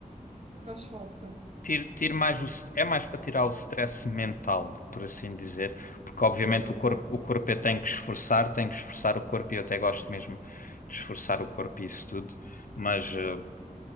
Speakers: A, on the right; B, on the left.
A: faz falta.
B: Tire, tire mais o, st- é mais para tirar o stress mental, por assim dizer, porque obviamente
A: Hum,
B: o
A: ok.
B: corpo, o corpo eu tenho que esforçar, tenho que esforçar o corpo e eu até gosto mesmo de esforçar o corpo e isso tudo, mas eh,